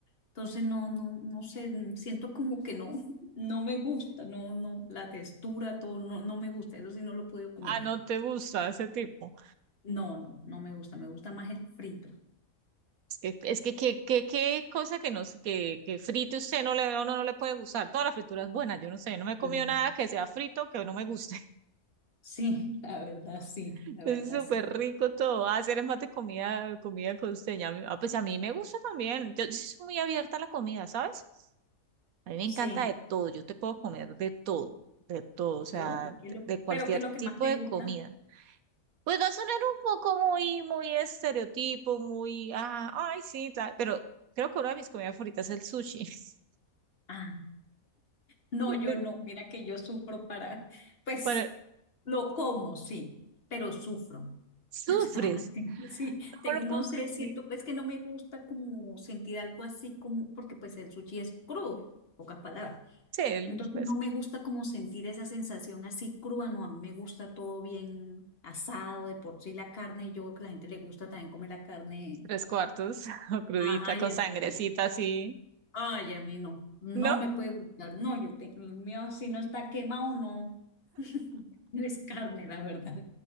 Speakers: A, on the left; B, on the right.
A: Entonces, no, no, no sé, siento como que no, <laughs> no me gusta, no, no, la textura, todo, no, no me gusta. Eso sí, no lo he podido comer.
B: Ah, no te gusta ese tipo.
A: No, no, no me gusta, me gusta más el frito.
B: Es que, es que, qué qué- qué cosa que no sé- que, que frite usted no le, uno no le puede gustar. Toda la fritura es buena, yo no sé, no me he comido
A: Mm,
B: nada que sea frito que no me guste.
A: Sí, la verdad, sí,
B: <laughs>
A: la
B: Es
A: verdad,
B: súper
A: sí.
B: rico todo. Ah, hacer es más de comida, comida costeña. A mí- Ah, pues a mí me gusta también. Yo, sí soy muy abierta a la comida, ¿sabes? A mí me
A: Sí,
B: encanta de todo. Yo te puedo comer de todo, de todo,
A: de
B: o sea,
A: todo. ¿Y
B: de,
A: qué es lo,
B: de cualquier
A: pero qué es lo que
B: tipo
A: más te
B: de
A: gusta?
B: comida. Pues va a sonar un poco muy, muy estereotipo, muy, ah, ay, sí, tal, pero creo que una de mis comidas favoritas es el sushi. <laughs>
A: Ah. No, yo
B: Eh,
A: no. Mira que yo sufro para, pues
B: Bueno,
A: lo como, sí, pero sufro. <laughs>
B: sufres.
A: O sea, tengo- sí, tengo-
B: No lo puedo
A: no sé,
B: creer.
A: siento, pues que no me gusta como sentir algo así como, porque pues el sushi es crudo, pocas palabras.
B: Sí,
A: Entonces
B: pues,
A: no me gusta como sentir esa sensación así cruda, no, a mí me gusta todo bien asado, de por sí la carne, yo creo que a la gente le gusta también comer la carne,
B: tres cuartos, <laughs> o crudita,
A: ajá,
B: con
A: y a
B: sangrecita
A: mí no.
B: así,
A: Ay, a mí no, no
B: ¿no? O
A: me puede gustar. No, yo tengo el mío, si no está quemado, no. <laughs> No es carne, la verdad.